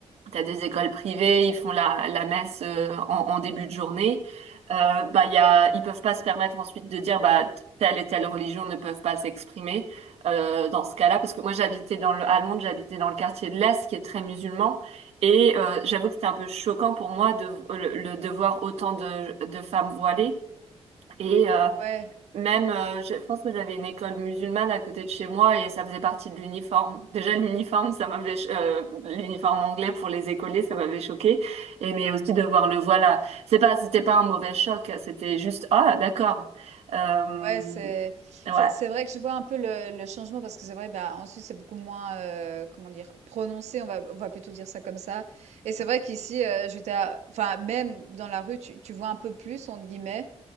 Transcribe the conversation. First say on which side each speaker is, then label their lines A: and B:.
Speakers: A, on the right (about 70°); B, on the right (about 85°).
A: T'as des écoles privées, ils font la, la messe euh, en, en début de journée. Euh, bah, y a, ils peuvent pas se permettre ensuite de dire bah t- telle et telle religion ne peuvent pas s'exprimer euh, dans ce cas-là. Parce que moi j'habitais dans le, à Londres, j'habitais dans le quartier de l'Est qui est très musulman. Et euh, j'avoue que c'était un peu choquant pour moi de le, le- de voir autant de, de femmes voilées. Et euh,
B: Ouais.
A: même, euh, je je pense que j'avais une école musulmane à côté de chez moi et ça faisait partie de l'uniforme. Déjà, l'uniforme, ça m'avait, ch- euh, l'uniforme anglais pour les écoliers, ça m'avait choqué. Et mais aussi de voir le voilà. C'est pas, c'était pas un mauvais choc, c'était juste, ah, d'accord. Euh,
B: Ouais, c'est
A: ouais,
B: c'est c'est vrai que je vois un peu le, le changement parce que c'est vrai, bah en Suisse c'est beaucoup moins euh, comment dire prononcé, on va on va plutôt dire ça comme ça. Et c'est vrai qu'ici euh, j'étais à- enfin même dans la rue tu tu vois un peu plus entre guillemets